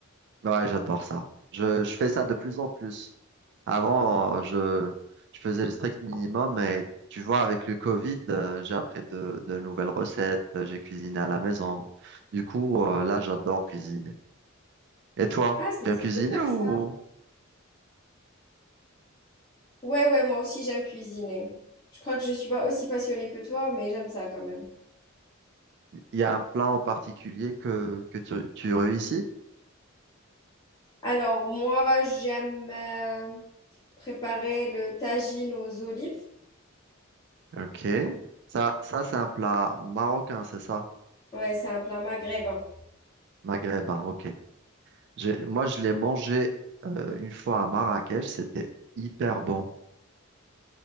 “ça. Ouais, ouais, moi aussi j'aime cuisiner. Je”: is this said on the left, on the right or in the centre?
Left